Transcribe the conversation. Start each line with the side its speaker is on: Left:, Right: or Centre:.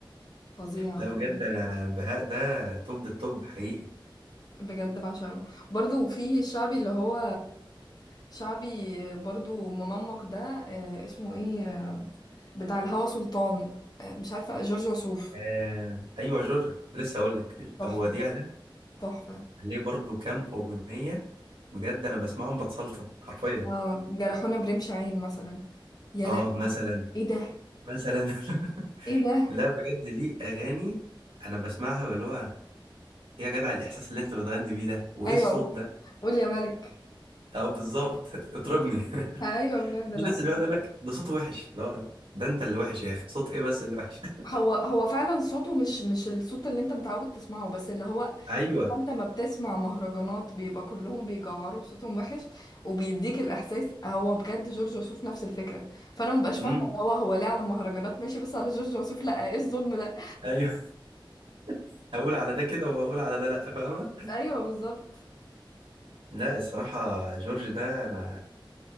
Left: فظيع
Right: لا
Left: فظيع.
Right: بجد انا بهاء ده توب التوب حقيقي
Left: بجد بعشقه برضو في الشعبي اللي هو شعبي برضو منمق ده آه، اسمه ايه بتاع الهوى سلطان آه، مش عارفة جورج وسوف
Right: آه. ايوه جورج كنت لسه اقول لك
Left: تحفة
Right: ابو وديع ده
Left: تحفة
Right: عليه برضو كام اغنيه بجد انا بسمعهم بتسلطن حرفيا
Left: اه جرحونا برمش عين مثلا يا
Right: اه
Left: لهوي
Right: مثلا
Left: ايه ده
Right: مثلا <laughs>
Left: ايه ده
Right: لا بجد ليه اغاني انا بسمعها اللي هو إيه يا جدع الاحساس اللي انت بتغني بيه ده وايه
Left: ايوه
Right: الصوت
Left: قول
Right: ده
Left: قول يا ملك
Right: اه بالظبط اطربني <laughs>
Left: ايوه بجد
Right: في
Left: لا
Right: ناس اللي يقعد يقول لك ده صوته وحش لا ده انت اللي وحش يا اخي صوت ايه بس اللي وحش
Left: هو هو فعلا صوته مش مش الصوت اللي انت متعود تسمعه بس اللي هو
Right: <laughs> ايوه
Left: زي ما انت ما بتسمع مهرجانات بيبقى كلهم بيجعروا صوتهم وحش وبيديك الاحساس هو بجد جورج وسوف نفس الفكره فانا مبقاش
Right: امم
Left: فاهمه اللي هو هو ليه على المهرجانات ماشي بس على جورج وسوف لا ايه الظلم ده
Right: ايوه <laughs> اقول على ده كده واقول على ده لا فاهمه
Left: ايوه بالظبط
Right: لا الصراحه جورج ده انا